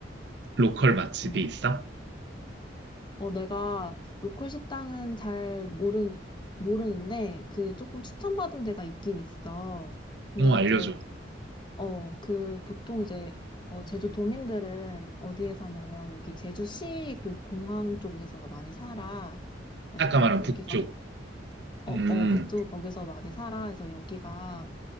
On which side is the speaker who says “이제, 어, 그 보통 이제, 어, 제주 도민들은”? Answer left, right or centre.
Left